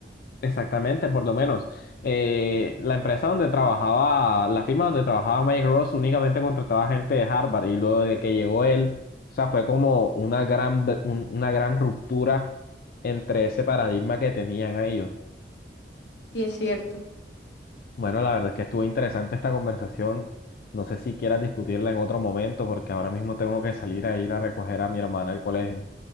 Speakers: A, on the left; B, on the left.
A: Exactamente, por lo menos. Eh, la empresa donde trabajaba, la firma donde trabajaba Mike Ross únicamente contrataba gente de Harvard y luego de que llegó él, o sea, fue como una gran, ve- un- una gran ruptura entre ese paradigma que tenían a ellos.
B: Sí es cierto.
A: Bueno, la verdad es que estuvo interesante esta conversación. No sé si quieras discutirla en otro momento porque ahora mismo tengo que salir a ir a recoger a mi hermana al colegio.